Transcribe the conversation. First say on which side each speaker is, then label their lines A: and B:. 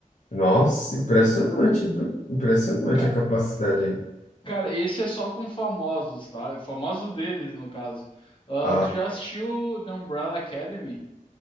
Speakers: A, on the left; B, on the left.
A: nossa, impressionante, viu? Impressionante
B: É, ca-
A: a capacidade aí.
B: Cara, esse é só com famosos, tá? Famosos deles, no caso. Ah,
A: Ah,
B: tu já assistiu The Umbrella Academy?